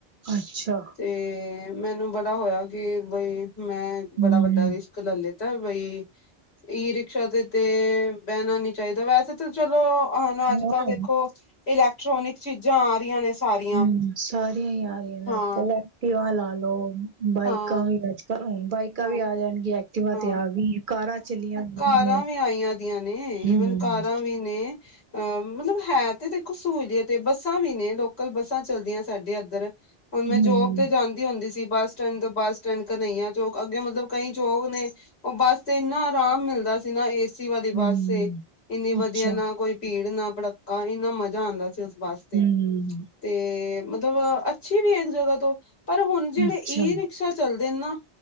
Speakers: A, on the right; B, on the left.
A: ਅੱਛਾ
B: ਤੇ ਮੈਨੂੰ ਬੜਾ ਹੋਇਆ ਕਿ ਬਈ, ਮੈਂ ਬੜਾ
A: ਹਮ
B: ਵੱਡਾ ਰਿਸ਼ ਲੇ ਲਿੱਤਾ ਬਈ, ਈ ਰਿਕਸ਼ਾ ਤੇ ਤੇ ਬਹਿਣਾ ਨੀ ਚਾਹੀਦਾ, ਵੈਸੇ ਚਲੋ, ਹੁਨ ਅੱਜ-ਕੱਲ
A: ਹਾਂ
B: ਦੇਖੋ, ਇਲੈਕਟ੍ਰੋਨਿਕ ਚੀਜ਼ਾਂ ਆਰੀਆਂ ਨੇ ਸਾਰੀਆਂ
A: ਹੂੰ, ਸਾਰੀਆਂ ਈ ਆ ਰਹੀਆਂ ਨੇ,
B: ਹਾਂ
A: ਐਕਟਿਵਾ ਲਾਲੋ, ਬਾਈਕਾਂ
B: ਹਾਂ
A: ਵੀ ਅੱਜ-ਕੱਲ ਹੁੰ, ਬਾਈਕਾਂ
B: ਹਾਂ
A: ਵੀ ਆ ਜਾਣਗੀਆਂ ਐਕਟਿਵਾ
B: ਹਾਂ
A: ਤੇ ਆ ਗਈ, ਕਾਰਾਂ ਚੱਲੀਆਂ ਹੋਈਆਂ
B: ਕਾਰਾਂ ਵੀ ਆਈਆਂ ਦੀਆਂ ਨੇ
A: ਹਮ
B: ਈਵਨ ਕਾਰਾਂ ਵੀ ਨੇ। ਅ, ਮਤਲਬ ਹੈ ਤੇ ਦੇਖੋ ਸਹੂਲੀਅਤ ਹੈ ਬੱਸਾਂ ਵੀ ਨੇ, ਲੋਕਲ ਬੱਸਾਂ ਚਲਦੀਆਂ ਸਾਡੇ ਇੱਧਰ। ਹੁਪ ਮੈਂ
A: ਹਮ
B: ਜੋਬ ਤੇ ਜਾਂਦੀ ਹੁੰਦੀ ਸੀ ਬੱਸ ਸਟੈਂਡ ਤੋਂ, ਬੱਸ ਸਟੈਂਡ ਘਨਈਆ ਚੌਕ। ਅੱਗੇ ਮਤਲਬ ਕਈ ਚੋਕ ਨੇ, ਉਹ ਬੱਸ ਤੇ ਇੰਨਾ ਆਰਾਮ ਮਿਲਦਾ ਸੀ ਨਾ ਇਸ ਏਸੀ ਵਾਲੀ ਬੱਸ
A: ਹਮ
B: ਏ, ਇੰਨੀ ਵਧੀਆ
A: ਅੱਛਾ
B: ਨਾ ਕੋਈ ਭੀੜ, ਨਾ ਭੜੱਕਾ ਇੰਨਾ ਮਜ਼ਾ ਆਂਦਾ ਸੀ, ਉਸ ਬੱਸ
A: ਹਮ
B: ਤੇ, ਮਤਲਬ ਅੱਛੀ ਵੀ ਏ ਇੱਕ ਜਗ੍ਹਾ ਤੋ, ਪਰ ਹੁਣ ਜਿਹੜੇ
A: ਅੱਛਾ
B: ਈ ਰਿਕਸ਼ਾ ਚੱਲਦੇਨ ਨਾ